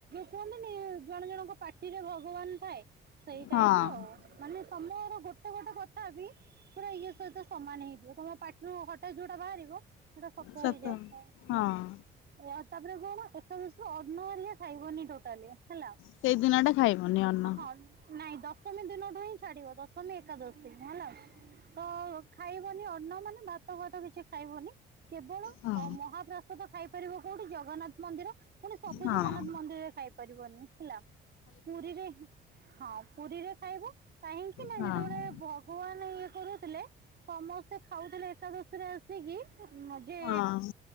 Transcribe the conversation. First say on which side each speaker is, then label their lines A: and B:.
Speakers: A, on the right; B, on the left.
A: କୁହନ୍ତିନି ଜଣ ଜଣଙ୍କ ପାଟିରେ ଭଗବାନ ଥାଏ ସେଇ ଟାଇପର
B: ହଁ
A: ଆଉ ମାନେ ତମର ଗୋଟେ ଗୋଟେ କଥା ବି ପୁରା ଇଏ ସହିତ ସମାନ ହେଇଥା ତମ ପାଟିରୁ ହଠାତ୍ ଯୋଉଟା ବାହାରିବ ସେଇଟା ଶତ
B: ସତ
A: ହେଇଯାଏ ହୁଁ।
B: ହଁ
A: ଏଉ ତାପରେ କଣ ଏକଦଶୀ ଅର୍ନ ହେଲେ ଖାଇବନି ଟୋଟାଲି ହେଲା
B: ସେଇ ଦିନଟା ଖାଇବନି ଅନ୍ନ
A: ହଁ ନାଇଁ ଦଶମୀ ଦିନଠୁ ହିଁ ଛାଡିବ ଦଶମୀ ଏକାଦଶ ହଁ ଲ ତ ଖାଇବନି ଅନ୍ନ ମାନେ ଭାତ ଘାତ କିଛି ଖାଇବନି କେବଳ
B: ହଁ
A: ମହାପ୍ରାସଦ ଖାଇପାରିବ କୋଉଠୁ ଜଗନ୍ନାଥ ମନ୍ଦିର ସବୁ
B: ହଁ
A: ଜଗନ୍ନାଥ ମନ୍ଦିରରେ ଖାଇପାରିବନି ହେଲା ପୁରୀରେ ହଁ ପୁରୀରେ ଖାଇବ କାହିଁକି ନା
B: ହଁ
A: ଯେତେବେଳେ ଭଗବାନ ଇଏ କରୁଥିଲେ ସମସ୍ତେ ଖାଉଥିଲେ ଏକାଦଶୀରେ ଆସିକି ଯେ
B: ଆଉ